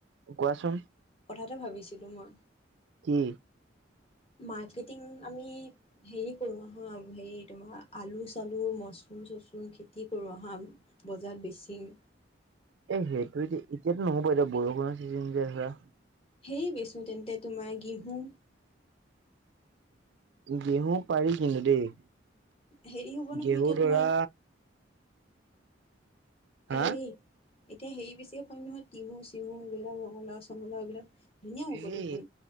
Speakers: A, on the right; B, on the left.
A: কোৱাচোন
B: কথা এটা ভাবিছিলোঁ মই
A: কি?
B: <inaudible> মাৰ্কেটিং আমি হেৰি কৰো হা হেৰি তোমাৰ আলু চালু মছৰুম চ মচুৰম খেতি কৰো আহা বজাৰত বেচিম
A: এই সেইটো এতিয়া এতিয়াতো নহ'ব, এতিয়া বৰষুণৰ ছিজন যে ধৰা
B: হেইৰি বেচো তেন্তে তোমাৰ গেহু
A: গেহু পাৰি কিন্তু দেই।
B: হেৰি হ'ব নহয়
A: গেহু
B: এতিয়া
A: ধৰা
B: তোমাৰ
A: হা
B: হেৰি এতিয়া হেৰি বেছিকে পম নহয় তিহু চিহু এইবিলাক ৰঙলাও চঙালাও এইবিলাক ধুনীয়া হ'ব
A: এ
B: দেখোন